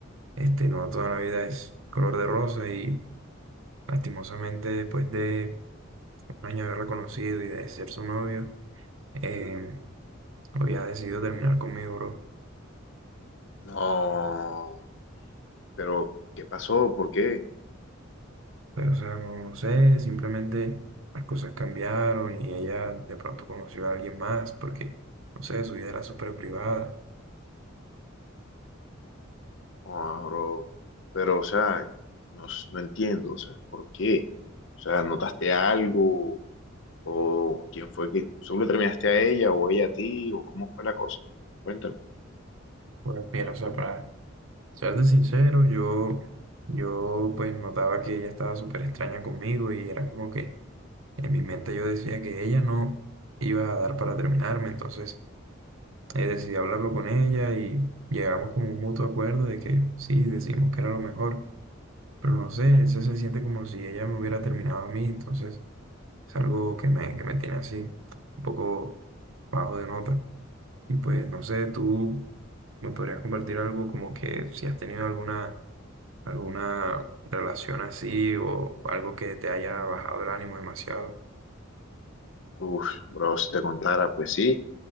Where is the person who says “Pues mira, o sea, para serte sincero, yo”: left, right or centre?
Right